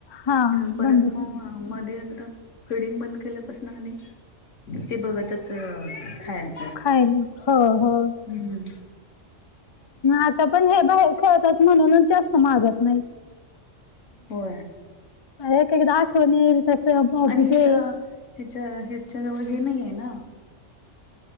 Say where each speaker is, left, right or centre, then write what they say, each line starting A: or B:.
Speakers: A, on the left (about 40°); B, on the left (about 90°).
A: हा
B: आणि परत
A: बंद
B: मग मध्ये एकदा फिडिंग बंद केलं स ना ते बघतच खायचं
A: काही नाही, हो, हो.
B: हम्म, हम्म.
A: आता पण हे बाहेर खेळतात म्हणूनच जास्त मागत नाही.
B: होय
A: एक एकदा आठवण येईल तस बघु
B: आणि इथ
A: दे
B: ह्याच्या, ह्याच्या जवळ हे नाही आहे ना